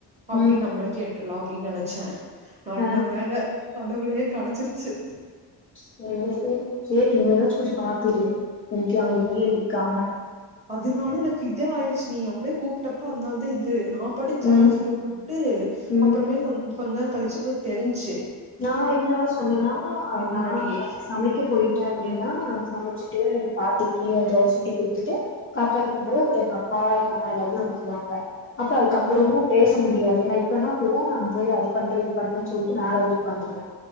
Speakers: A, on the right; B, on the left.
A: அப்படி
B: ம்
A: நம்மள கேட்டுலாம் அப்படின்னு நினைச்சேன் நல்ல
B: ஆ
A: வேல கடவுளயே கிடைச்சிருச்சு
B: சேரி சேரி சேரி இந்த ஏதாச்சும் கொஞ்சம் பாத்து இரு எனக்கு அவங்கயும் இருக்காம
A: இதனால எனக்கு இதே ஆயிடுச்சு நீ அப்படியே கூப்பிட்டப்ப அதனால தா இது நா பாட்டு சார்ஜ்
B: ம்
A: போட்டு விட்டு
B: ம்
A: அப்புறமே கொ கொஞ்ச கழிச்சு போய் தெரிஞ்சு
B: நான் எதனால சொன்னேன்னா நா
A: முன்னாடியே
B: சமைக்க போயிட்டேன் அப்படின்னா சமைச்சிட்டு பார்த்துட்டேன் ப்படிய ஏ தோச சுட்டு குடுத்துட்டு காத்தா இருக்கும்போது அப்படி எங்க அப்பாவ எங்க அண்ணா எல்லாரரும் வந்துடுவாங்க அப்ப அதுக்குப்புறமும்
A: ம்
B: பேச முடியாது ஏன்னா இப்பன்னா கூட நா போய் அது பண்ற இது பண்றேன்ன சொல்லிட்டு மேல ஏரி வந்துருன்